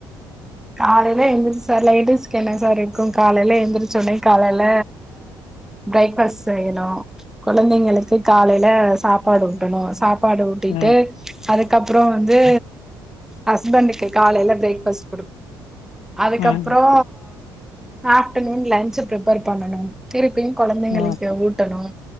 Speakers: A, in the centre; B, on the left (about 55°).
A: காலைல எந்திரிச்சு சார் லேடீஸ்க்கு என்ன சார் இருக்கு காலலல எந்திரிச்ச ஒனே காலைல பிரேக்ஃபஸ்ட் செய்யணு கொழந்தைங்களுக்கு காலைல சாப்பாடு ஊட்டணு சாப் பாடு ஊட்டிட்டு
B: ம்
A: அதுக்கப்றோ வந்து ஹஸ்பண்டுக்கு காலைல ப்ரேக்ஃபஸ்ட் அதுக்கப்றோ
B: ம்
A: ஆஃப்டநூன் லன்ச்சு ப்ரிப்பேர் பண்ணணு திருப்பியு கொழந்தைங்களுக்கு
B: ம்
A: ஊட்டணு